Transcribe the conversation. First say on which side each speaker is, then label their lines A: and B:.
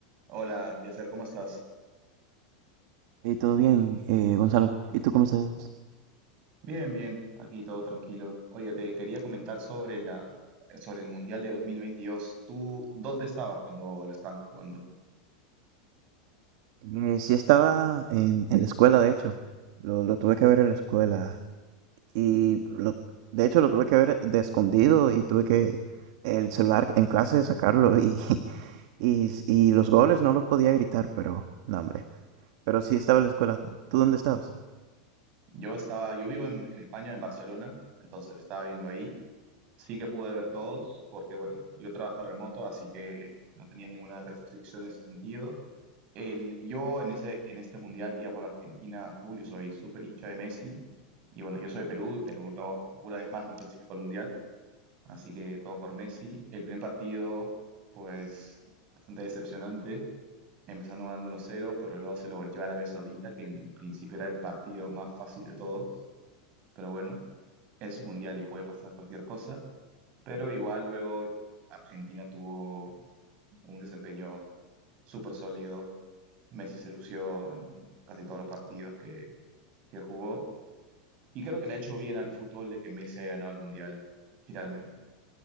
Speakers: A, on the right; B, on the right.
A: Hola, Yasser, ¿cómo estás?
B: Hey, todo bien, eh, Gonzalo. ¿Y tú cómo estás?
A: Bien, bien, aquí todo tranquilo. Oye, te quería comentar sobre la, sobre el Mundial de 2022. ¿Tú dónde estabas cuando lo estaban jugando?
B: Eh, sí estaba en, en la escuela, de hecho, lo, lo tuve que ver en la escuela y lo, de hecho lo tuve que ver de escondido y tuve que el celular en clase sacarlo y, <laughs> y, y los goles no los podía gritar, pero no, hombre, pero sí estaba en la escuela. ¿Tú dónde estabas?
A: Yo estaba, yo vivo en, en España, en Barcelona, entonces lo estaba viendo ahí. Sí que pude ver todos, porque bueno, yo trabajo remoto, así que no tenía ninguna restricción en ese sentido. El, yo en ese, en este Mundial iba por Argentina a full, yo soy súper hincha de Messi, y bueno, yo soy de Perú, y Perú no, una vez más no clasificó al Mundial. Así que todo por Messi. El primer partido, pues bastante decepcionante, empezando ganando 1 cero, pero luego se lo volteó a Arabia Saudita, que en principio era el partido más fácil de todos. Pero bueno, es un mundial y puede pasar cualquier cosa. Pero igual luego Argentina tuvo un desempeño súper sólido. Messi se lució en casi todos los partidos que, que jugó. Y creo que le ha hecho bien al fútbol de que Messi haya ganado el mundial finalmente.